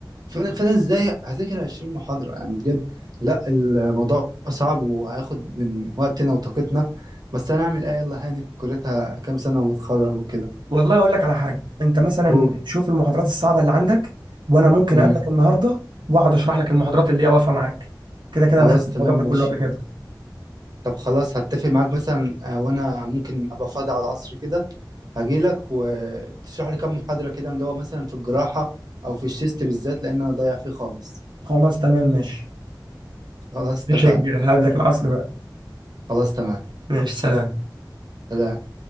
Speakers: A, on the right (about 55°); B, on the right (about 75°).
A: فانا فانا ازاي هذاكر 20 محاضره يعني بجد لا الموضوع صعب وهياخد من وقتنا وطاقتنا بس انا اعمل ايه يلا هانت كليتها كام سنه ونتخرج وكده
B: والله اقول لك على حاجه انت مثلا
A: اوه
B: شوف المحاضرات الصعبه اللي عندك وانا ممكن
A: امم
B: اقابلك النهارده واقعد اشرح لك المحاضرات اللي هي واقفه معاك كده كده
A: خلاص
B: انا خدت الموضوع
A: تمام
B: ده كله
A: ماشي
B: قبل كده
A: طب خلاص هتفق معاك مثلا آه، وانا ممكن ابقى فاضي على العصر كده هجيلك وتشرح لي كام محاضره كده اللي هو مثلا في الجراحه او في الشيست بالذات لان انا ضايع فيه خالص
B: خلاص تمام ماشي
A: خلاص اتفقنا
B: ماشي يا كبير هقابلك العصر بقى
A: خلاص تمام
B: ماشي سلام
A: سلام